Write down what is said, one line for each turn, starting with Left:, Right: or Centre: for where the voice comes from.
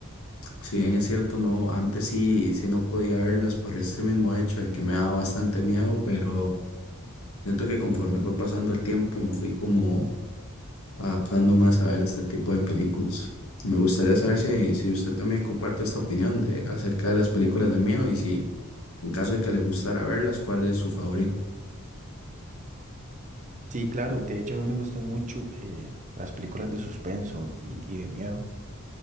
Left: si bien es cierto, no, antes sí, sí no podía verlas por este mismo hecho de que me daba bastante miedo, pero siento que conforme fue pasando el tiempo me fui como adaptando más a ver este tipo de películas. Me gustaría saber si, si usted también comparte esta opinión de, acerca de las películas de miedo y si En caso de que le gustara verlas, ¿cuál es su favorito?
Right: Sí, claro. De hecho, a mí me gustan mucho eh, las películas de suspenso y, y de miedo.